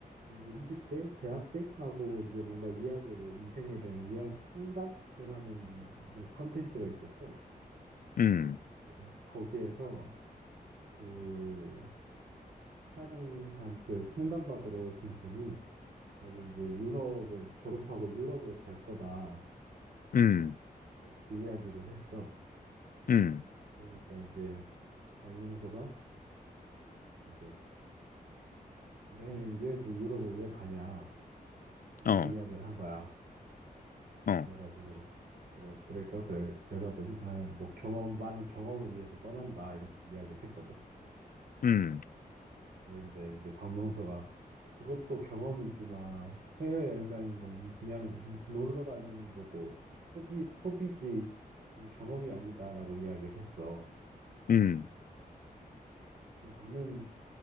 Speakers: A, on the right; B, on the left.
A: 이제 20대 대학생하고 이제 뭔가 이야기를 인생에 대한 이야기 상담을 하는 뭐 컨텐츠가 있었어.
B: 음,
A: 이제 거기에서 그 촬영한 그 상담 받으러 오신 분이 자기 이제 유럽을 졸업하고 유럽을 갈 거다
B: 음,
A: 이제 그 이야기를 했어.
B: 음,
A: 그러니까 이제 박명수가 이제 왜왜 그 유럽을 왜 가냐 이제
B: 어,
A: 그 이야기를 한 거야.
B: 어,
A: 그래가지고 내가 그러니까 그 여자분이 아 뭐 경험 많은 경험을 위해서 떠난다 이렇게 이야기를 했거든.
B: 음,
A: 그런데 이제 박명수가 그것도 경험이지만 해외여행 다니는 건 그냥 놀러 다니는 거고 소비, 소비지 그건 경험이 아니다라고 이야기를 했어.
B: 음,
A: 근데 나는